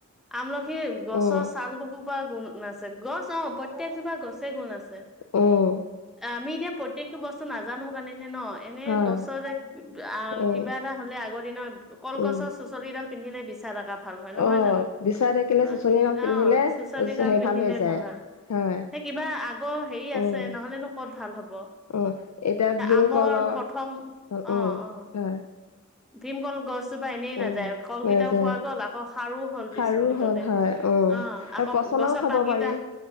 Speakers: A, in the centre; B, on the left.
A: আমলখি গছৰ
B: উম
A: ছাল টো কোপা গুণ আছে গছ অঁ। প্ৰত্যেকজোপা গছে গুণ আছে।
B: অৱ।
A: আমি এতিয়া প্ৰত্যেকটো বস্তু নাজানো কাৰণেহে ন এনে
B: হয়
A: গছৰ যে
B: উম
A: কিবা এটা হ'লে আগৰ দিনৰ কলগছৰ
B: উম
A: চুচলিডাল পিন্ধিলে বিচা লগা ভাল হয় নহয়
B: অ
A: জানো,
B: বিচাৰ থাকিলে
A: অ
B: চুচনি এডাল পিন্ধিলে
A: অৱ চুচলি ডাল
B: হেৰি
A: পিন্ধিলে
B: হৈ যায়
A: ভাল হয়।
B: হয়
A: সেহ কিবা আগৰ হেৰি
B: উম
A: আছে নহলেনো ক'ত ভাল হ'ব।
B: উম এতিয়া ভীমকলৰ
A: আমৰ প্ৰথম অ
B: উম
A: অ
B: হয়।
A: ভীমকল গছ গছজোপা এনেই
B: উম
A: নাযায় কলকিটাও
B: যায়
A: খুৱোৱা গ'ল আকৌ সাৰো হ'ল
B: খাৰো
A: পিছ মুহূুৰ্ততে,
B: হ'ল হয় উম
A: অৱ।
B: আৰু
A: আকৌ
B: পচলাও
A: গছৰ
B: খাব
A: পাতকেইটা
B: পাৰি